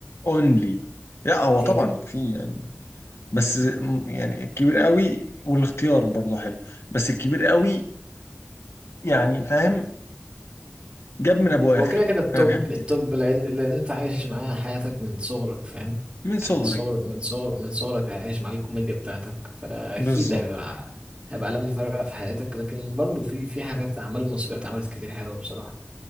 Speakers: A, on the left; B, on the right.
A: اونلي لا هو
B: كده
A: طبعا
B: كده
A: في يعني بس م- يعني الكبير قوي والاختيار برضه حلو بس الكبير قوي يعني فاهم جاب من ابو اخر
B: هو كده كده التوب
A: انا بحبه
B: التوب
A: جدا
B: لأن لأن أنت عايش معاه حياتك من صغرك فاهم
A: من
B: يعني
A: صغري
B: من صغر من صغر من صغرك عايش مع الكوميديا بتاعتك فأكيد
A: بالظبط
B: هيبقى هيبقى علامة فارقة في حياتك لكن برضه في في حاجات أعمال مصرية اتعملت كتير حلوة بصراحة